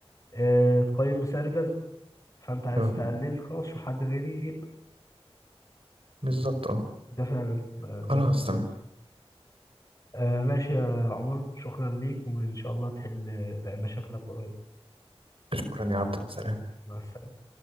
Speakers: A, on the left; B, on the right.
A: آه، اتقيم بسعر كذا فانت عايز
B: آه،
A: تقلل خلاص شوف حد غيري يقبل.
B: بالظبط اه
A: ده فعلا آه،
B: خلاص
A: نقطه كويسه
B: تمام
A: آه، ماشي يا عمر شكرا ليك وان شاء الله تحل آه، باقي مشاكلك قريب
B: شكرا يا عبد السلام
A: مع السلامه